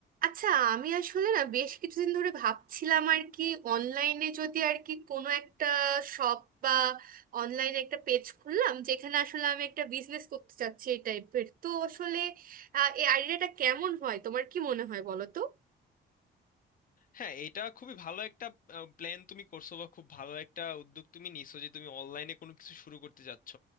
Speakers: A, on the right; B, on the left.
A: আচ্ছা আমি আসলে না বেশ কিছুদিন ধরে ভাবছিলাম আর কি অনলাইনে যদি আর কি কোনো একটা শপ বা অনলাইনে একটা পেজ খুললাম যেখানে আসলে আমি একটা বিজনেস করতে চাচ্ছি এই টাইপের তো আসলে আহ, এই আইডিয়াটা কেমন হয় তোমার কি মনে হয় বলো তো
B: হ্যাঁ এটা খুবই ভালো একটা প্ল্যান তুমি করছো বা খুব ভালো একটা উদ্যোগ তুমি নিছো যে তুমি অনলাইনে কোনো কিছু শুরু করতে যাচ্ছ